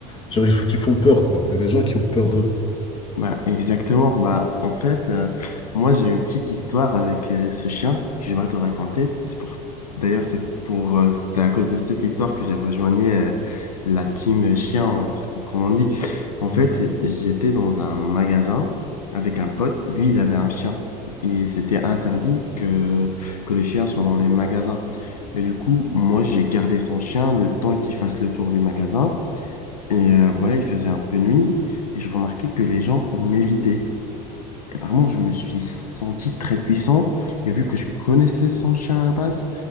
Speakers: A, on the left; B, on the left.
A: Genre, ils f- qui font peur, quoi. Il y a des gens qui ont peur d'eux.
B: Bah, exactement. Bah, en fait, euh, moi, j'ai une petite histoire avec euh, ce chien que j'aimerais te raconter. C'est pour... D'ailleurs, c'est pour, euh, c'est à cause de cette histoire que j'ai rejoint euh, la team chien, en- ce qu'on- comme on dit. En fait,
A: Ok.
B: j'étais dans un magasin avec un pote. Lui, il avait un chien. Et c'était interdit que, que les chiens soient dans les magasins. Et du coup, moi, j'ai gardé son chien le temps qu'il fasse le tour du magasin. Et euh, voilà, il faisait un peu nuit et je remarquais que les gens, ils m'évitaient. Et vraiment, je me suis senti très puissant. Et vu que je connaissais son chien à la base,